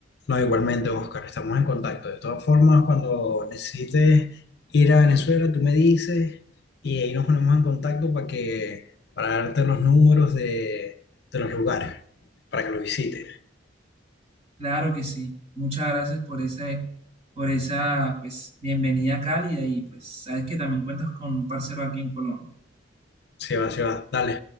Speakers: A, on the left; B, on the right.
A: No, igualmente, Oscar, estamos en contacto. De todas formas, cuando necesites ir a Venezuela, tú me dices y ahí nos ponemos en contacto para que, para darte los números de, de los lugares, para que los visites.
B: Claro que sí. Muchas gracias por esa, por esa, pues, bienvenida cálida y pues sabes que también cuentas con un parcero aquí en Colombia.
A: Sí va, sí va, dale.